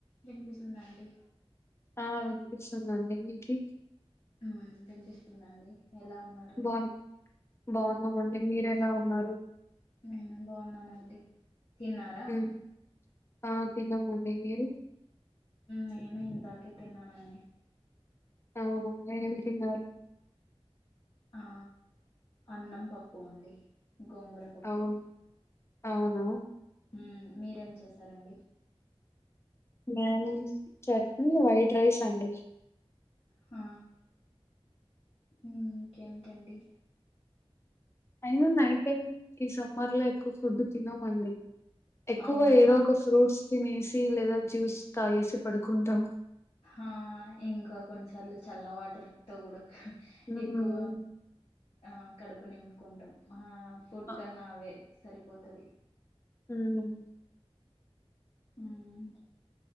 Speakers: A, on the left; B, on the left.
A: విన్పిస్తుందాండి
B: ఆ వినిపిస్తుందండి మీకి
A: మ్మ్ వినిపిస్తుందండి ఎలా ఉన్నారు.
B: బాన్ బాగున్నామండి మీరెలా ఉన్నారు.
A: నేను బాగున్నానండి తిన్నారా?
B: హ్మ్ ఆ తిన్నామండి మీరు
A: నేను ఇందాకే తిన్నా నన్ననే
B: అవునా ఏం తిన్నారు?
A: ఆ అన్నం పప్పు అండి గోంగూర పప్పు
B: అవును అవునా
A: ఉమ్ మీరేం చేశారండి.?
B: మేము చట్నీ వైట్ రైస్ అండి
A: హ ఇంకేంటండి
B: అయినా నైట్ టైం కీ సమ్మర్ లో ఎక్కువ ఫుడ్ తినమండి. ఎక్కువ
A: అవును
B: ఏదో
A: ఆ
B: ఒక ఫ్రూట్స్ తినేసి లేదా జ్యూస్ తాగేసి పడుకుంటాం.
A: ఆ ఇంకా కొన్నిసార్లు చల్ల వాటర్ తో కూడా క
B: హ్మ్
A: ఎక్కువ ఆ కడుపు నింపుకుంటాం మా ఫుడ్
B: అ
A: కన్నా అవే సరిపోతది
B: ఉమ్
A: ఉం